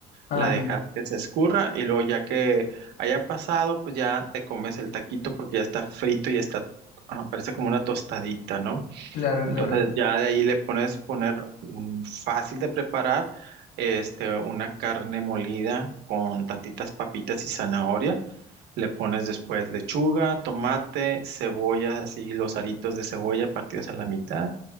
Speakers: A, on the left; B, on the right.
A: Ah,
B: la
A: bien,
B: dejas que se escurra y luego ya que haya pasado, pues ya te comes el taquito porque ya está frito y está, ah, parece como una tostadita, ¿no?
A: claro,
B: Entonces
A: claro.
B: ya de ahí le pones poner mm, fácil de preparar, este, una carne molida con tantitas papitas y zanahoria. Le pones después lechuga, tomate, cebolla, así los aritos de cebolla partidos a la mitad